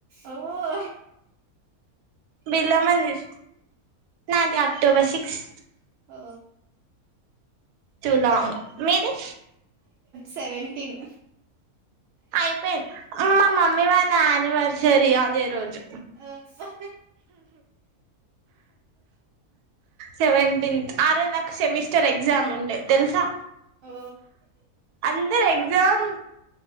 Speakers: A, on the right; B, on the right.
A: ఓహో
B: బిర్లా మందిర్ నాది అక్ అక్టోబర్ సిక్స్
A: ఓ
B: టు లాంగ్ మీది
A: సేవేంటిన్
B: అయిపోయింది మా మమ్మీ వాళ్ళ యానివర్సరీ సరి అదే రోజు
A: అబ్బా
B: సెవెంటీన్త్ ఆ రోజు నాకు సెమిస్టర్ ఎగ్జామ్ ఉండే తెలుసా
A: ఓ
B: అందరు ఎగ్జామ్